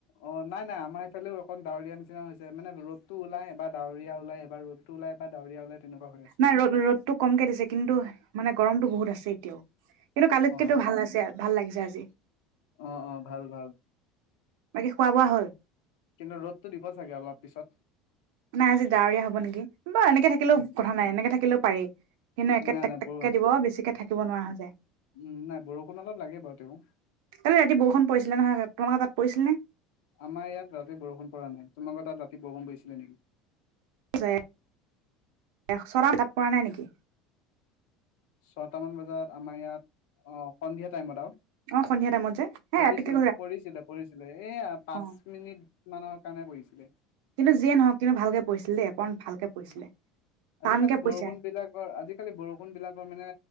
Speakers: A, on the left; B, on the right.
A: অ নাই নাই আমাৰ এইফালে অকণ ডাৱৰীয়া নিচিনা হৈছে মানে ৰ'দটো ওলাই এবাৰ ডাৱৰীয়া ওলাই এবাৰ ৰদটো ওলাই এবাৰ ডাৱৰীয়া ওলাই তেনেকুৱা হৈ আছে
B: নাই ৰদ ৰ'দটো কমকে দিছে কিন্তু মানে গৰমতটো বহুত আছে এতিয়াও কিন্তু কালিতকেতো
A: অ
B: ভাল আছে ভাল লাগিছে আজি <unintelligible>
A: অ অ ভাল ভাল
B: বাকি খোৱা বোৱা হ'ল?
A: কিন্তু ৰ'দটো দিব চাগে অলপ পিছত
B: নাই আজি ডাৱৰীয়া হব নেকি, বাৰু এনেকে থাকিলেও
A: উম
B: কথা নাই এনেকে থাকিলেও পাৰি, কিন্তু একে
A: নাই
B: টেক
A: নাই
B: টেককে
A: ব
B: দিব বেছিকে থাকিব নোৱাৰা যায়।
A: উম নাই বৰষুণ অলপ লাগে বাৰু তেওঁ
B: কালি ৰাতি বৰষুণ পৰিছিলে নহয়, তোমালোকৰ তাত পৰিছিলে নে।
A: আমাৰ ইয়াত ৰাতি বৰষুণ পৰা নাই, তোমালোকৰ তাত ৰাতি বৰষুণ পৰিছিলে নেকি?
B: <unintelligible> পৰা নাই নেকি।
A: ছয়টা মান বজাত আমাৰ ইয়াত, অ, সন্ধিয়া টাইমত আৰু।
B: অ সন্ধিয়া টাইমত যে হে
A: পৰিছিল,
B: ৰাতিকে
A: পৰিছিলে পৰিছিলে এয়া পাঁচ
B: অ
A: মিনিট মানত <unintelligible> বহিছিলে।
B: কিন্তু যিয়ে নহওঁক কিন্তু ভালকে পৰিছিল দেই। অকণ ভালকে পৰিছিলে।
A: উম,
B: টানকে
A: আজিকালি
B: পইছে
A: বৰষুণ বিলাকৰ, আজিকালি বৰষুণ বিলাকৰ মানে